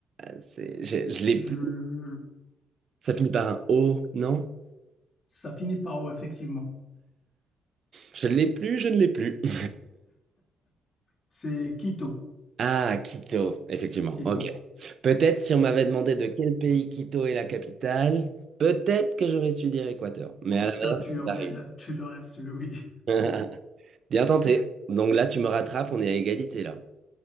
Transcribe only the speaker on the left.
Je...
Ça finit par O, effectivement.
C'est Quito.
Quito.
Donc
ça,
tu aurais,
le- tu l'aurais su, oui.